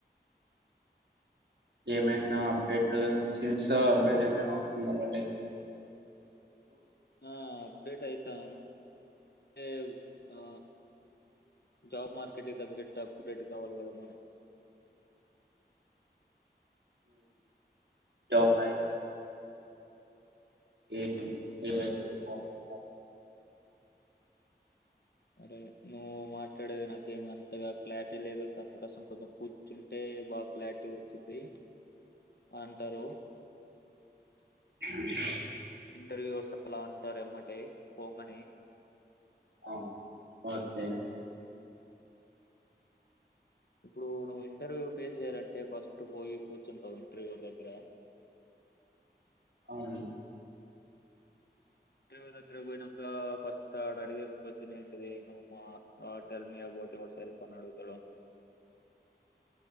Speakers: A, on the right; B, on the left.
A: ఏమైనా అప్డేట్ స్కిల్స్ అప్డేట్ ఏమైనా అందిండి
B: ఆ అప్డేట్ అయితం అంటే ఆ జాబ్ మార్కెట్కి తగ్గట్టు అప్డేట్ కావాలి కదా మనం
A: జాబ్ <inaudible>
B: అరే నువ్వు మాట్లాడేది నాకేమి అంతగా క్లారిటీ లేదు తనకోసం కొంచెం కూర్చుంటే బాగా క్లారిటీ వచ్చింది అంటారు
A: <inaudible>
B: ఇంటర్వ్యూస్ అట్లాని తరేమ్మటే పోంగనే
A: అ ఓకే
B: ఇప్పుడు నువ్వు ఇంటర్వ్యూ ఫేస్ చేయాలంటే ఫస్ట్ పోయి కూర్చుంటావు ఇంటర్వ్యూ దగ్గర
A: అని
B: <unintelligible> కా ఫస్ట్ ఆడ అడిగే క్వశ్చనే రేణు మా అ tell me about yourself అని అడుగుతడు